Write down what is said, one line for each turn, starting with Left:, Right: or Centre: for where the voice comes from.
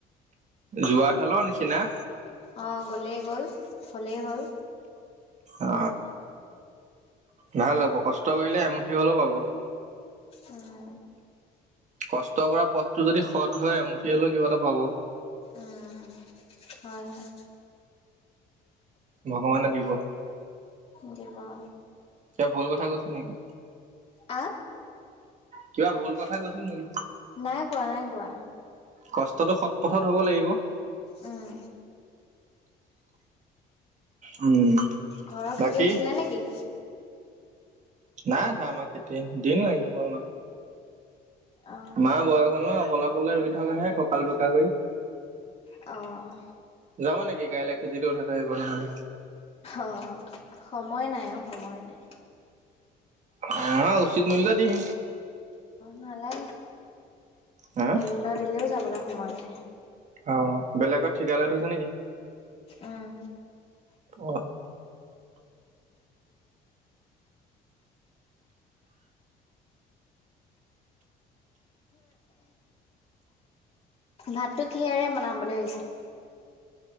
Right: যোৱা খেলৰ নিচিনা।
Left: অঁ গ'লেই গ'ল হ'লেই হ'ল।
Right: অ
Left: উম
Right: ভাল হ'ব, কষ্ট কৰিলে এমুঠি হলেও পাব।
Left: উম
Right: কষ্ট কৰা পথটো যদি সৎ হয় এমুঠি হলেও কিবা এটা পাব।
Left: উম হয় হয়।
Right: ভগৱানে দিব।
Left: দিব অ,
Right: কিবা ভুল কথা কৈছ নেকি?
Left: আ
Right: কিবা ভুল কথা কৈছোঁ নেকি?
Left: নাই কোৱা, নাই কোৱা।
Right: কষ্টটো সৎ পথত হ'ব লাগিব।
Left: উম।
Right: উম।
Left: ঘৰৰ
Right: বাকী
Left: খেতি উঠিলে নেকি?
Right: নাই উঠা আমাৰ খেতি, দিন লাগিব আমাৰ।
Left: অ
Right: মাৰ বয়স হ'ল ন' অকলে অকলে ৰোগি থকাহে কঁকাল বেকা কৰি।
Left: অ'।
Right: যাবা নেকি কাইলে খেতিটো উঠাই থৈ আহিব নহ'লে।
Left: অ' সময় নাই অ' সময় নাই
Right: আহা উচিত মূল্য দিম।
Left: নালা,
Right: হা
Left: মূল্য দিলেও যাবলৈ সময় নাই।
Right: অ' বেলেগত ঠিকা লৈ থৈছা নেকি?
Left: উম
Right: অ'
Left: ভাতটো কিহেৰে বনাম বুলি ভাবিছে?